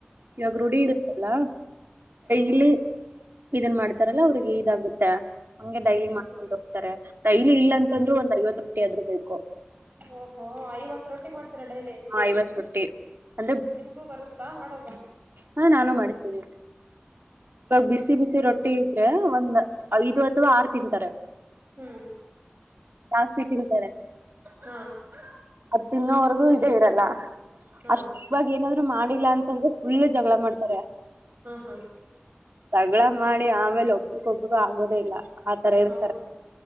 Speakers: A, on the right; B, on the right.
A: ಇವಾಗ
B: ಹ್ಮ್
A: ರೂಢಿ ಇರುತ್ತಲ್ಲ
B: ಹಾ
A: ಇಲ್ಲಿ ಇದನ್ ಮಾಡ್ತಾರಲ್ಲ ಅವ್ರಿಗೆ ಇದಾಗುತ್ತೆ ಹಂಗೆ ಡೈಲಿ
B: ಹ್ಮ್
A: ಮಾಡ್ಕೊಂಡು ಹೋಗ್ತಾರೆ ಡೈಲಿ ಇಲ್ಲ ಅಂತಂದ್ರರು ಒಂದ್ ಐವತ್ತು ರೊಟಿ ಆದ್ ಬೇಕು
B: ಓಹೋ ಇಐವತ್ತು ಡೈಲಿ
A: ಆ ಐವತ್ ರೊಟ್ಟಿ ಅಂದ್ರೆ
B: ಹ ನಿಮಗೂ ಬರುತ್ತಾ ಮಾಡದ
A: ಹಾ ನಾನು ಮಾಡುತೀನಿ ಇವಾಗ ಬಿಸಿ ಬಿಸಿ ರೊಟ್ಟಿ ಮಾಡಿದ್ರೆ ಒಂದ ಐದು ಅಥವಾ ಆರು ತಿಂತಾರೆ
B: ಹ್ಮ್
A: ಜಾಸ್ತಿ ತಿಂತಾರೆ
B: ಹಾ ಹಾ
A: ಅದು ತಿನ್ನೋವರ್ಗೂ ಇದೇ ಇರಲ್ಲ
B: ಹಾ
A: ಅಷ್ಟ ಇವಾಗ ಏನಾದ್ರು ಮಾಡಿಲ್ಲ ಅಂತಂದ್ರೆ ಫುಲ್ ಜಗಳ ಮಾಡ್ತಾರೆ
B: ಹಾ
A: ಜಗಳ ಮಾಡಿ ಆಮೇಲೆ ಒಬ್ರಗೊಬ್ರಗೂ ಆಗೋದೇ ಇಲ್ಲ ಆತರ ಇರ್ತಾರೆ
B: ಹೌದು